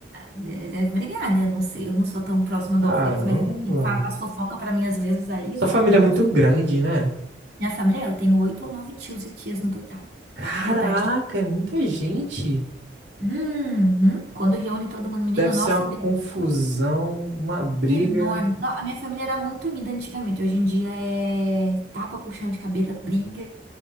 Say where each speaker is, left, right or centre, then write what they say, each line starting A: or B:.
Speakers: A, on the right; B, on the right.
A: deve, deve brigar, né? Eu não sei, eu não sou tão próxima do
B: Caramba,
A: off deles, mas ele fala as fofocas pra mim às vezes, aí
B: sua
A: eu fico,
B: família
A: nossa.
B: é muito grande, né?
A: Minha família, eu tenho oito ou nove tios e tias no total,
B: Caraca,
A: por parte de...
B: é muita gente.
A: Uhum. Quando reúne todo mundo, menino,
B: Deve
A: nossa,
B: ser uma
A: Deus,
B: confusão, uma briga.
A: enorme. No- a minha família era muito unida antigamente, hoje em dia é tapa, puxão de cabelo, briga,